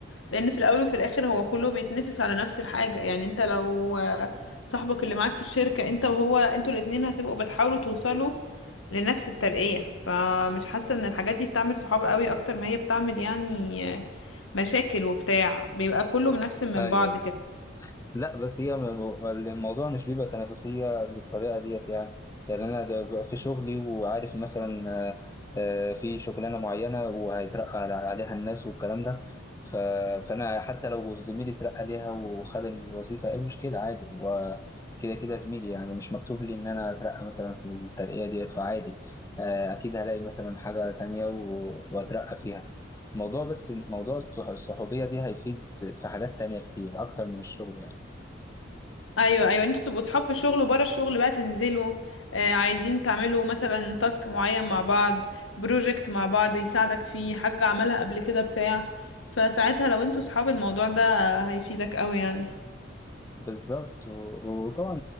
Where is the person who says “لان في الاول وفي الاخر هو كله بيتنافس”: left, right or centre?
Left